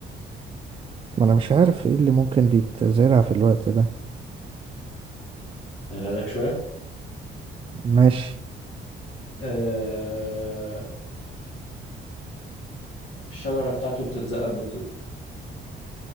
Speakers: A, on the right; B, on the left.
A: ما انا مش عارف ايه اللي ممكن بيتزرع في الوقت ده
B: سهلها لك شوية
A: ماشي
B: آه... الشجرة بتاعته بتتزقل بالطوب